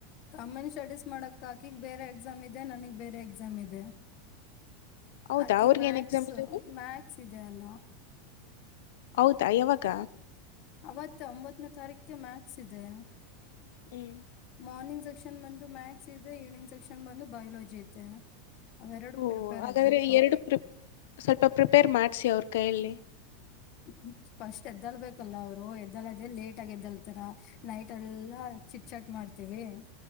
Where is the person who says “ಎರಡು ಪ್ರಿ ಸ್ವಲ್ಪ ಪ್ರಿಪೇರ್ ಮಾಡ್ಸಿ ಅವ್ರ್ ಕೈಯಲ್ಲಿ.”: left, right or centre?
Left